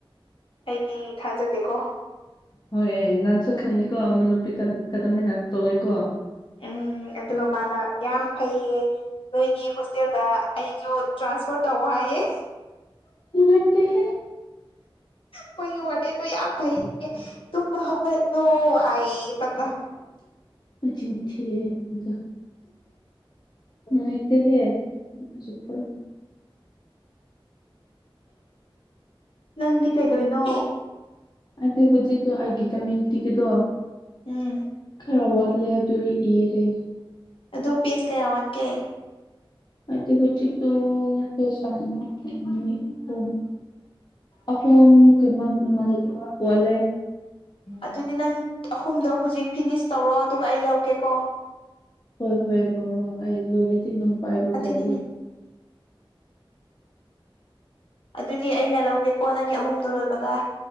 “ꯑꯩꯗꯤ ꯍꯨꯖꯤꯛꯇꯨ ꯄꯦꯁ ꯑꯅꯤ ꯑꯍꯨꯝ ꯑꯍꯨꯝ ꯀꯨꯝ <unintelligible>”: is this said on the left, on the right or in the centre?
Left